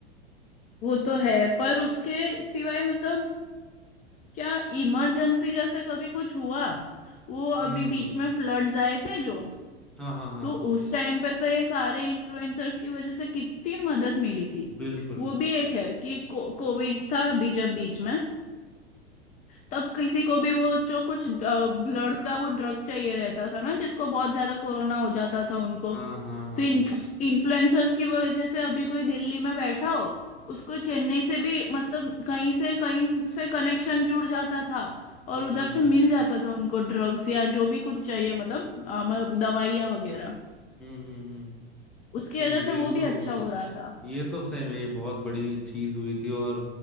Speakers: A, on the left; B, in the centre.
A: वो तो है पर उसके सिवाय मतलब क्या इमरजेंसी जैसे कभी कुछ हुआ वो अभी
B: हम्म
A: बीच में फ्लड्स आए थे जो
B: हाँ हाँ हाँ
A: तो उस टाइम पे तो ये सारे इन्फ्लुएंसर्स की वजह से कितनी मदद मिली थी
B: बिल्कुल
A: वो भी एक है कि को, कोविड था अभी जब बीच में तब किसी को भी वो जो कुछ ब्लड का वो ड्रग चाहिए रहता था ना जिसको बहुत ज्यादा कोरोना हो जाता था उनको
B: हाँ हाँ हाँ
A: तो इन इन्फ्लुएंसर्स की वजह से अभी कोई दिल्ली में बैठा हो उसको चेन्नई से भी मतलब कहीं से कहीं से कनेक्शन जुड़ जाता था और
B: हम्म
A: उधर से मिल जाता था उनको ड्रग्स या जो भी कुछ चाहिए मतलब अ, मतलब दवाइयाँ वगैरह
B: हम्म हम्म हम्म
A: उसकी
B: नहीं
A: वजह
B: ये
A: से वो भी
B: तो
A: अच्छा हो रहा था
B: ये तो सही में ये बहुत बड़ी चीज हुई थी और